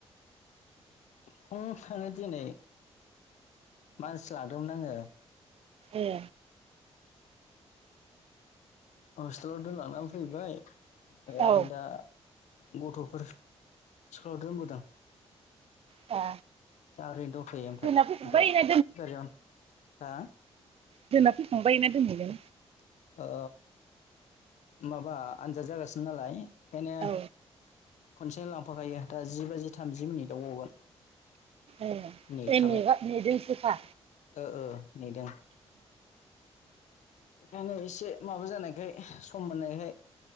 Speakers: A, on the left; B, on the right.
A: फुङावनो दिनै मानसि लांदोंमोन आङो
B: ए।
A: हस्टेलाव दोनलांना फैबाय ओमफाय
B: औ
A: आरो दा गथ'फोर स्कुलाव दोनबोदों।
B: दा
A: दा ओरैनो दंथोयो ओमफाय
B: दोनना फैखांबाय
A: गा-गारियावनो,
B: ना
A: हा?
B: जोंना फैखांबाय ना दोनहैनो।
A: ओ माबा आनजाद जागासिनो नालाय ओंखायनो
B: औ
A: खनसेनो लांफाखायो दा जि बाजि थामजि मिनिटाव ग'गोन।
B: ए
A: नेखाबाय
B: ए नेगा नेदोंसोखा
A: ओ ओ नेदों। बेखायनो एसे माबा जानायखाय सम मोननायखाय